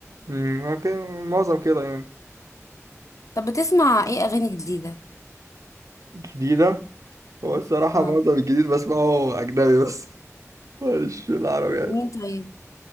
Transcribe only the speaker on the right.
أمم، اوكي، معظم كده يعني
جديدة هو الصراحة
معظم الجديد بسمعه أجنبي بس <laughs> مش العربي يعني